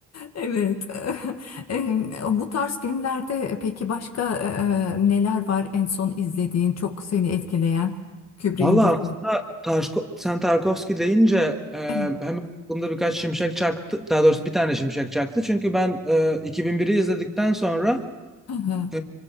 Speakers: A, on the left; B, in the centre.
A: Evet. <laughs> Em, Bu tarz filmlerde peki başka e, neler var en son izlediğin, çok seni etkileyen Kubrick'in
B: Valla
A: bu film?
B: aslında Tarsko- sen Tarkovski deyince e,
A: Evet.
B: hemen aklımda birkaç şimşek çaktı. Daha doğrusu bir tane şimşek çaktı. Çünkü ben e, 2001'i izledikten sonra
A: <laughs> Hı hı.
B: e,